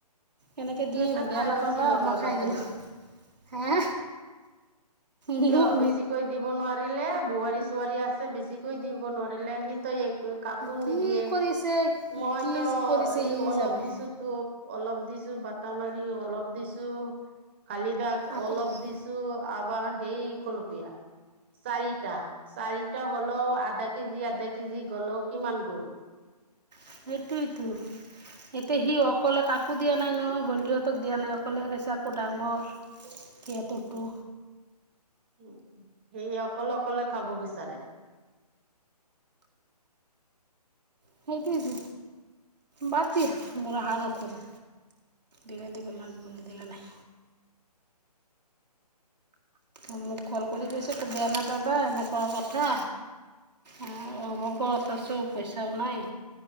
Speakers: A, on the right; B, on the right.
A: কেনেকে
B: সিহঁতে
A: দিম বেয়া
B: খাই
A: নাপাাবা
B: বাচি লওক
A: মই
B: আগতে
A: খাই দিলো হা গুৰু
B: কিয় বেছিকৈ দিব নোৱাৰিলে বোৱাৰী চোৱাৰী আছে বেছিকৈ দিব নোৱাৰিলে সিটো কাকো
A: কি
B: নিদিয়ে।
A: কৰিছে
B: মইতো
A: কি কৰিছে
B: এই
A: সি
B: অলপ
A: জানে
B: দিছো তোক অলপ দিছো বটা মাৰি অলপ দিছো খালি দাক।
A: আকৌ
B: অলপ
A: অ
B: দিছো আবাৰ সেই খলপীয়া চাৰিটা। চাৰিটা হলেও আধা কেজি আধা কেজি গলেও কিমান গ'ল
A: সেইটোয়তো। এতিয়া সি অকলে কাকো দিয়া নাই নহয় বন্টিহঁতক দিয়া নাই কলে গৈছাক আকৌ ডাঙৰ। জেট টো
B: উম। স অকলে, অকলে খাব বিচাৰে।
A: সেইটোটো বাদ দিয়া। বৰা হাত ন দিলে দিব নিদিলে নাই। অ' মোক কল কৰি কৈছে তো বেয়া নাপাবা এনেকুৱা কথা অ' হ'ব ত চো পইচাও নাই